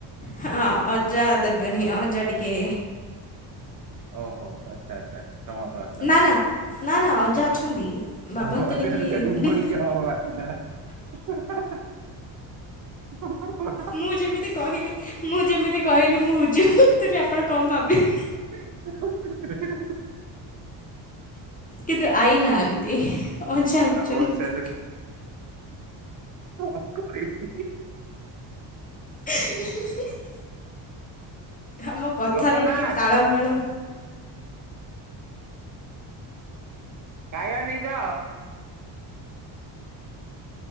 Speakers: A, on the left; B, on the right.
A: ହଁ ଅଜା ଦେବେନି ଅଜା ଟିକେ
B: ଓହୋ ଆଚ୍ଛା ଆଚ୍ଛା। କ୍ଷମା ପ୍ରାର୍ଥନା
A: ନା-ନା-ନା-ନା ଅଜା ଅଛନ୍ତି। ଭାବନ୍ତୁନି
B: ଓହୋ ସେ
A: କି
B: ସେଠି ବୁଣିକି ହଁ ମାରିଥିଲେ। ହଁ।
A: ମୁଁ ଯେମିତି କହିଲି ମୁଁ ଯେମିତି କହିଲି ମୁଁ ବୁଝି ପାରୁଥିଲି ଆପଣ କଣ ଭାବିଲେ।
B: <unintelligible>
A: କିନ୍ତୁ ଆଇ ନାହାନ୍ତି। ଅଜା ଅଛନ୍ତି।
B: ଓ ସେ, କଣ କରିବି
A: <unintelligible> ଆମ କଥାର
B: ଲୋକନାଥ
A: ଟିକେ ତାଳମେଳ
B: କାୟା ନେଇଯାଅ